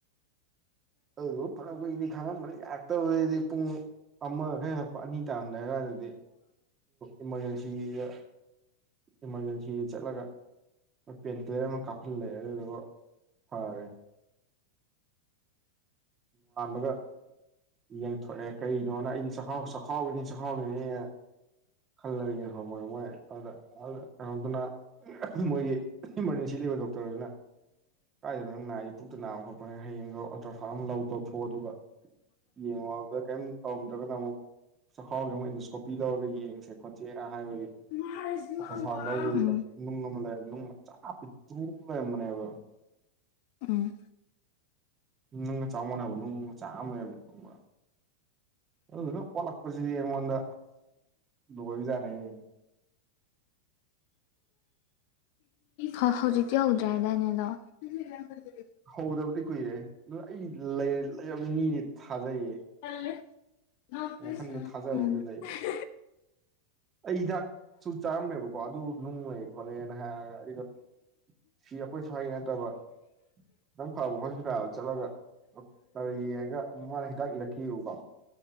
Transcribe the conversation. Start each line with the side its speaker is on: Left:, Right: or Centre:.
Right: ꯑꯗꯨꯝ ꯐꯅ ꯀꯨꯏꯅꯗꯤ ꯈꯥꯡꯉꯝꯕꯅꯤ ꯌꯥꯔꯛꯕꯗꯒꯤꯗꯤ ꯄꯨꯡ ꯑꯃ ꯈꯔ ꯍꯦꯜꯂꯛꯄ ꯑꯅꯤ ꯇꯥꯔꯝꯗꯥꯏ ꯑꯁꯋꯥꯏꯗꯗꯤ ꯏꯃꯥꯔꯖꯦꯟꯁꯤꯗ ꯏꯃꯥꯔꯖꯦꯟꯁꯤ ꯁꯤꯗ ꯆꯠꯂꯒ ꯄꯦꯟ ꯀꯤꯂꯔ ꯑꯃ ꯀꯥꯞꯐꯜꯂꯦ ꯑꯗꯨꯗꯨꯒ ꯐꯒ꯭ꯔꯦ ꯅꯣꯉꯥꯟꯕꯒ ꯌꯦꯡꯊꯣꯛꯑꯦ ꯀꯩꯅꯣꯅ ꯑꯩꯗꯤ ꯆꯈꯥꯎ ꯆꯈꯥꯎꯒꯤꯅꯤ ꯆꯈꯥꯎꯒꯤꯅꯤꯅ ꯈꯜꯂꯒ ꯌꯦꯡꯍꯧꯕꯗ ꯃꯣꯏ ꯑꯗꯨꯗ ꯀꯅꯣꯗꯨꯅ ꯃꯣꯏꯒꯤ ꯏꯃꯥꯔꯖꯦꯟꯁꯤ ꯂꯩꯕ ꯗꯣꯛꯇꯔꯗꯨꯅ ꯀꯥꯏꯗꯅꫭ ꯅꯪ ꯅꯥꯏ ꯍꯥꯏꯖꯦ ꯄꯨꯛꯇ ꯅꯥꯕ ꯈꯣꯠꯄꯅꯤ ꯍꯌꯦꯡꯗꯣ ꯑꯇ꯭ꯔꯥꯁꯥꯎꯟ ꯑꯃ ꯂꯧ ꯊꯣꯛ ꯑꯗꯨꯒ ꯌꯦꯡꯉꯣꯒ ꯀꯩꯝ ꯇꯧꯔꯝꯗ꯭ꯔꯒꯅ ꯑꯃꯨꯛ ꯆꯈꯥꯎꯒꯤ ꯑꯃꯨꯛ ꯑꯦꯟꯗꯣꯁꯀꯣꯞ ꯄꯤ ꯂꯧꯔꯒ ꯌꯦꯡꯁꯦ ꯈꯣꯠꯁꯦꯅ ꯍꯥꯏꯕꯒꯤ
Left: ꯎꯝ
Right: ꯑꯇ꯭ꯔꯥꯁꯥꯎꯟ ꯂꯧꯕꯗꯨꯗ ꯅꯨꯡ ꯑꯃ ꯂꯩꯔꯝ ꯅꯨꯡ ꯃꯆꯥ ꯄꯤꯛꯇ꯭ꯔꯨꯃ ꯂꯩꯔꯝꯕꯅꯦꯕ
Left: ꯎꯝ
Right: ꯅꯨꯡꯒ ꯆꯥꯎ ꯃꯥꯟꯅꯕ ꯅꯨꯡ ꯃꯆꯥ ꯑꯃ ꯂꯩꯔꯝꯃꯦ ꯈꯪꯕꯔꯥ ꯑꯗꯨꯗꯨꯅ ꯑꯣꯠꯂꯛꯄꯁꯤꯗꯤ ꯑꯩꯉꯣꯟꯗ ꯂꯣꯏꯕꯖꯥꯠꯅꯤꯍꯦ
Left: ꯍꯧ ꯍꯧꯖꯤꯛꯇꯤ ꯍꯧꯗ꯭ꯔꯦ ꯍꯥꯏꯗꯥꯏꯅꯦ ꯑꯗꫭ
Right: ꯍꯧꯗꯕꯗꯤ ꯀꯨꯏꯔꯦ ꯑꯗꯨ ꯑꯩ ꯂꯩ ꯂꯩꯔꯝꯅꯤꯗꯤ ꯊꯥꯖꯩꯌꯦ
Left: ꯇꯜꯂꯦ <unintelligible>
Right: ꯋꯥꯈꯟꯗ ꯊꯥꯖꯕ ꯑꯃꯗꯤ ꯂꯩꯌꯦ ꯑꯩ ꯍꯤꯗꯥꯛꯁꯨ ꯆꯥꯔꯝꯃꯦꯕꯀꯣ ꯑꯗꯨ ꯅꯨꯡ ꯂꯩ ꯈꯣꯠꯂꯦꯅ ꯍꯥꯏꯔꯒ ꯑꯩꯗꯣ ꯁꯤ ꯑꯩꯈꯣꯏ ꯁꯋꯥꯏꯒꯤ ꯅꯠꯇꯕ ꯈꯤꯇꯪ ꯐꯕ ꯍꯣꯁꯄꯤꯇꯥꯜꯗ ꯆꯠꯂꯒ ꯗꯥꯛꯇꯔ ꯌꯦꯡꯉꯒ ꯃꯥꯅ ꯍꯤꯗꯥꯛ ꯏꯔꯛꯈꯤꯕꯀꯣ